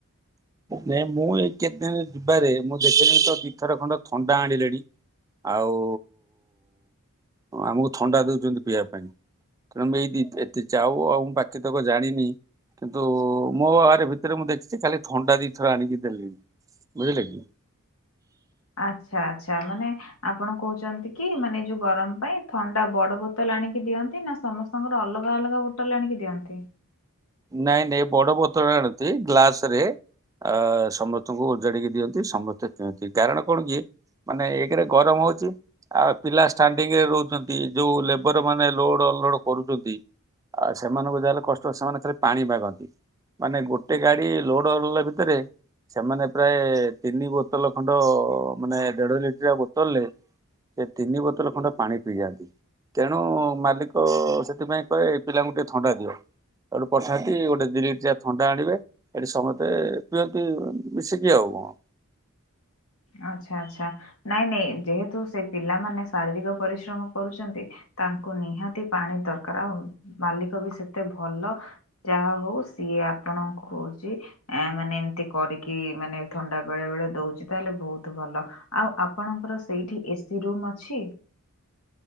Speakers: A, on the right; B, on the left.
A: ନାଇଁ ମୁଁ ଏଇ କେତେ ଦିନ ଯିବାରେ ମୁଁ ଦେଖିଲିଣି ତ ଦିଥର ଖଣ୍ଡେ ଥଣ୍ଡା ଆଣିଲେଣି। ଆଉ ଉ ଆମକୁ ଥଣ୍ଡା ଦଉଛନ୍ତି ପିଇବା ପାଇଁ। ତେଣୁ ମୁ ଏଇଦି ଏତେ ଯାଉ ଆଉ ମୁଁ ବାକିତକ ଜାଣିନି। କିନ୍ତୁ ମୋ ଆରେ ଭିତରେ ମୁଁ ଦେଖିଛି ଖାଲି ଥଣ୍ଡା ଦି ଦିଥର ଆଣିକି ଦେଲେଣି ବୁଝିଲେକି।
B: ଆ୍ଛା ଆଛା ମାନେ ଆପଣ। କହୁଛନ୍ତି କି ମାନେ ଯୋଉ ଗରମ ପାଇଁ ଥଣ୍ଡା ବଡ ବୋତଲ ଆଣିକି ଦିଅନ୍ତି ନା ସମସ୍ତଙ୍କର ଅଲଗା ଅଲଗା ବୋଟଲ୍ ଆଣିକି ଦିଅନ୍ତି।
A: ନାଇଁ ନାଇଁ ବଡ ବୋତର ଆଣତି ଗ୍ଲାସ୍ ରେ ଅ ସମସ୍ତଙ୍କୁ ଉଜାଡିକି ଦିଅନ୍ତି ସମସ୍ତେ ପିଅନ୍ତି କାରଣ କଣ କି। ମାନେ ଏକେରେ ଗରମ ହଉଚି ଆଉ ପିଲା ଷ୍ଟାଣ୍ଡିଙ୍ଗ୍ ରେ ରହୁଛନ୍ତି ଯୋଉ ଲେବର ମାନେ ଲୋଡ ଲୋଡ଼ କରୁଚନ୍ତି ଆଉ ସେମାନଙ୍କୁ ଯାହାେଲେ କଷ୍ଟ ସେମାନେ ଖାଲି ପାଣି ମାଗନ୍ତି। ମାନେ ଗୋଟେ ଗାଡି ଲୋଡଅଲୋଡ଼ ଭିତରେ ସେମାନେ ପ୍ରାୟେ ତିନି ବୋତଲ ଖଣ୍ଡ ମାନେ ଦେଢ ଲିଟରିଆ ବୋତଲରେ ସେ ତିନି ବୋତଲ ଖଣ୍ଡେ ପାଣି ପିଇଯାଆନ୍ତି। ତେଣୁ ମାଲିକ ସେଥିପାଇଁ କହେ ଏ ପିଲାଙ୍କୁ ଟିକେ ଥଣ୍ଡା ଦିଅ ହେଠୁ କରିଥାନ୍ତି ଗୋଟେ ଦି ଲିଟିରିଆ ଥଣ୍ଡା ଆଣିବେ ଏଠି ସମସ୍ତେ ପିଅନ୍ତି ମିଶିକି ଆଉ କଣ
B: <unintelligible> ଆଚ୍ଛା ଆଚ୍ଛା ନାଇଁ ନାଇଁ ଯେହେତୁ ସେ ପିଲାମାନେ ଶାରୀରିକ ପରିଶ୍ରମ କରୁଚନ୍ତି। ତାଙ୍କୁ ନିହାତି ପାଣି ଦରକାର ଆଉ ମାଲିକ ବି ସେତେ ଭଲ ଯାହା ହଉ ସିଏ ସେ ଆପଣଙ୍କୁ ହଉଛି ମାନେ ଏମତି କରିକି ମାନେ ଥଣ୍ଡା ବେଳେ ବେଳେ ଦଉଚି। ତାହେଲେ ବହୁତ ଭଲ ଆଉ ଆପଣଙ୍କର ସେଇଠି ଏସି ରୁମ୍ ଅଛି? <inaudible>